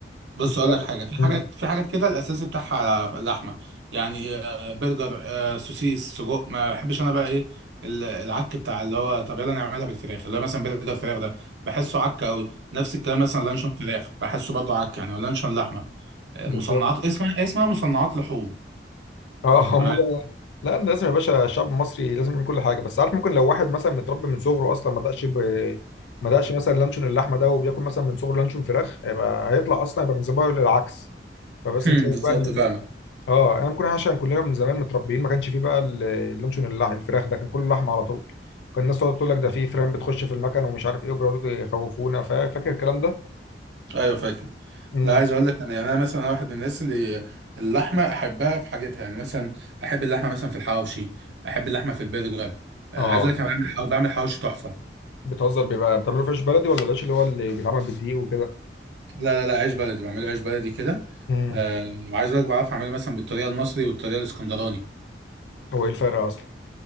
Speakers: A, on the right; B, on the left.
A: بص
B: الفراخ
A: اقول لك حاجه في حاجات
B: مم.
A: في حاجات كده الاساسي بتاعها اللحمه يعني آه، برجر آه، سوسيس سجق ما بحبش انا بقى ايه ال- العك بتاع اللي هو طب يلا نعملها بالفراخ اللي هو مثلا برجر فراخ ده بحسه عك قوي نفس الكلام مثلا لانشون فراخ بحسه برضه عك يعني ولا لانشون لحمه آه،
B: بالظبط
A: مصنعات اسمها اسمها مصنعات لحوم
B: اه هم
A: ف
B: لا لازم يا باشا الشعب المصري لازم يعمل كل حاجه بس عارف ممكن لو واحد مثلا متربي من صغره اصلا ما دقش ب... ما دقش مثلا لانشون اللحمه ده وبياكل مثلا من صغره لانشون فراخ هيبقى هيطلع اصلا يبقى من زمان للعكس فبس
A: <laughs>
B: نشوف
A: بالظبط
B: بقى ان ال-
A: فاهمك
B: اه انا ممكن عشان كلنا من زمان متربيين ما كانش فيه بقى ال- اللانشون اللح... الفراخ ده كان كله لحمه على طول كان الناس تقعد تقول لك ده فيه فران بتخش في المكن ومش عارف ايه وبيقعدوا يخوفونا فا- فاكر الكلام ده؟
A: ايوه فاكر
B: امم
A: لا عايز اقول لك انا يعني انا مثلا واحد من الناس اللي اللحمه احبها في حاجتها يعني مثلا احب اللحمه مثلا في الحواوشي احب اللحمه في البرجر آه،
B: اه
A: عايز اقول لك انا بعمل بعمل حواوشي تحفه
B: بتهزر بيبقى بتعملوه في عيش بلدي ولا العيش اللي هو اللي بيتعمل بالدقيق وكده؟
A: لا لا لا عيش بلدي بعمله عيش بلدي كده
B: امم
A: آه، وعايز اقول لك بعرف اعمله مثلا بالطريقه المصري والطريقه الاسكندراني
B: هو ايه الفرق اصلا؟